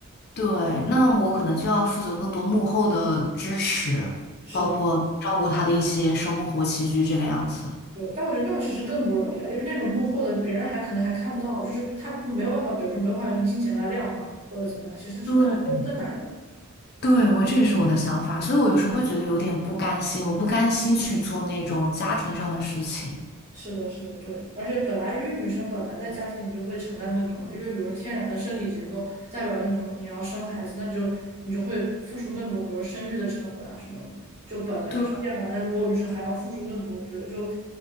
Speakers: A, on the left (about 45°); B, on the right (about 30°).
A: 对，那我可能就要负责更多幕后的支持，
B: 是的。
A: 包括照顾他的一些生活起居这个样子。
B: 对，但我觉得那种其实更不容易啊，因为那种幕后的别人还可能还看不到，就是他没有办法，比如说没有办法用金钱来量化或者怎么样，其实是更更更难的。
A: 对，对，我这也是我的想法，所以我有时候会觉得有点不甘心，我不甘心去做那种家庭上的事情。
B: 是的，是的，对，而且本来因为女生本来在家庭里就会承担更多嘛，因为比如说天然的生理结构代表着你有你要生孩子，那就你就会付出更多，比如生育的成本啊什么的，就本来就是这样的。
A: 对。
B: 那如果女生还要付出更多，我觉得就